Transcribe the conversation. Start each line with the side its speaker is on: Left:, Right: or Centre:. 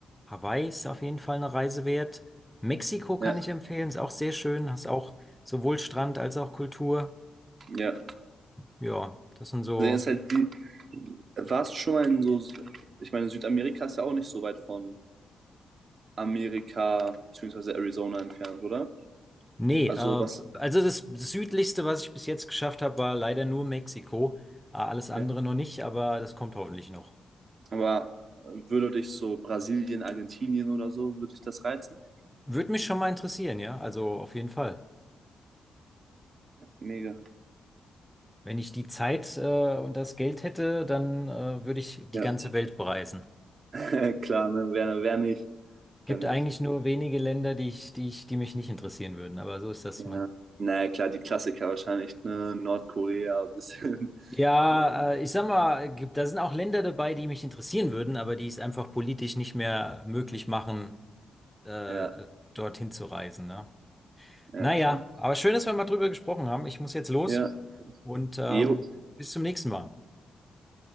Centre: Hawaii ist auf jeden Fall eine Reise wert. Mexiko kann
Right: ja.
Centre: ich empfehlen, ist auch sehr schön, hast auch sowohl Strand als auch Kultur.
Right: Ja.
Centre: Ja, das sind so.
Right: Der ist halt die, warst du schon mal in so, ich meine, Südamerika ist ja auch nicht so weit von Amerika bzw. Arizona entfernt, oder?
Centre: Nee,
Right: Also
Centre: äh,
Right: was,
Centre: also das südlichste, was ich bis jetzt geschafft habe, war leider nur Mexiko. Äh, alles andere
Right: ja.
Centre: noch nicht, aber das kommt hoffentlich noch.
Right: Aber äh, würde dich so Brasilien, Argentinien oder so, würde dich das reizen?
Centre: Würde mich schon mal interessieren, ja. Also auf jeden Fall.
Right: Mega.
Centre: Wenn ich die Zeit, äh, und das Geld hätte, dann, äh, würde ich die
Right: Ja,
Centre: ganze Welt bereisen.
Right: <laughs> klar, ne? Wer, wer nicht?
Centre: Gibt
Right: Wer nicht?
Centre: eigentlich nur wenige Länder, die ich, die ich, die mich nicht interessieren würden, aber so ist das,
Right: Ja.
Centre: man.
Right: Naja, klar, die Klassiker wahrscheinlich, ne? Nordkorea ein bisschen. <laughs>
Centre: Ja,
Right: Und
Centre: äh, ich sag mal, gibt, da sind auch Länder dabei, die mich interessieren würden, aber die es einfach politisch nicht mehr möglich machen, äh,
Right: ja,
Centre: dorthin zu reisen, ne?
Right: ja,
Centre: Naja,
Right: klar.
Centre: aber schön, dass wir mal drüber gesprochen haben. Ich muss jetzt los
Right: Ja.
Centre: und ähm,
Right: Jo.
Centre: bis zum nächsten Mal.